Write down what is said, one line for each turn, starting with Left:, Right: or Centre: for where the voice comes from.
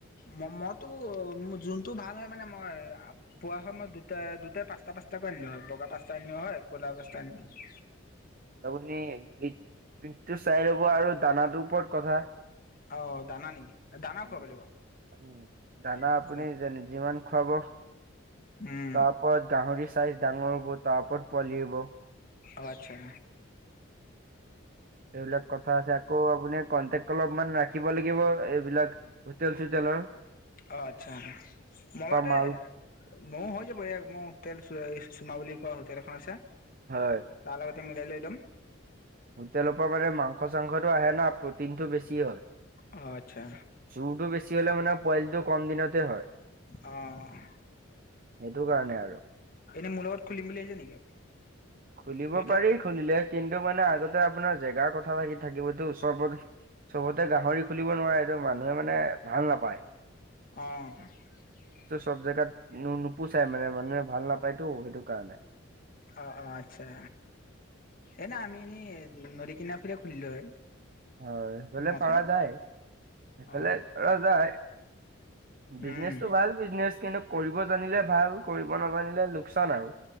Left: ম-মইতো অহ, যোনটো ভাল হয় মানে মই পোৱা হয় মই দুটা দুটাই পাঁচটা পাঁচটাকৈ আনিলো হয় বগা পচটা আনিলো হয় ক'লা পচটা আনিলো হয়।
Right: আপুনি বি বিজটো চাই ল'ব আৰু দানাটোৰ ওপৰত কথা <unintelligible>
Left: অ' দানা নেকি দানা খুৱাব লাগিব
Right: দানা
Left: অ'
Right: আপুনি যেন-যিমান খুৱাব।
Left: উম
Right: তাৰ পৰত গাহৰি চাইজ ডাঙৰ হ'ব, তাৰ ওপৰত পোৱালি হ'ব।
Left: আচ্ছা
Right: সেইবিলাক কথা আছে, আকৌ আপুনি কটেক অলপমান ৰাখিব। ব লাগিব, এইবিলাক হোটেল-চোটেলৰ।
Left: অ আচ্ছা মমতে
Right: মাল
Left: ময় হৈ যাব ইাক মইো তেল এই চুমা বুলি কোৱা হোটেল এখন আছে
Right: হয়
Left: তাৰ লগতে মিলাই লৈ ল'ম।
Right: হোটেলৰ পৰা মানে মাংস চাংসটো আহে না প্ৰটিন টো বেছি হয়।
Left: অ' আচ্ছা
Right: চোৰটো বেছি হলে মানে পইলটো কম দিনতে হয়
Left: অ'
Right: সেইটো কাৰণে আৰু
Left: এনেই মোৰ লগত খুলিম বুলি ভ আহিছে নেকি?
Right: খুলিব
Left: দুইটাই
Right: পাৰি খুলিলে, কিন্তু মানে আগতে আপোনাৰ জেগাৰ কথা লাগি থাকিবতো উচৰ পদেশ সবতে গাহৰি খুলিব নোৱাৰে, মানুহে মানে ভাল নাপায়।
Left: অ'।
Right: সব জেগাত নোপুচাই মানে, মানুহে ভাল নাপায়তো সেইটো কাৰণে।
Left: অ', অ', আচ্ছা। এ ন আমি এনেই নদী কিনাৰ ফালে খুলিলো হয়।
Right: হয় সফালে
Left: মঠাইত
Right: পৰা যায়, সেইফালে
Left: অ
Right: পৰা যায়। বিজনেচটো
Left: উম
Right: ভাল বিজনেচ কিন্তু কৰিব জানিলে ভাল কৰিব নাজানিলে লোকচান আৰু